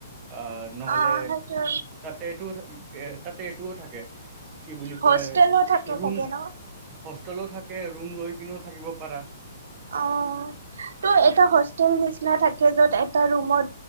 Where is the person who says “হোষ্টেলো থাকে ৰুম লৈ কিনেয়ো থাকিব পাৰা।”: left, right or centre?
Right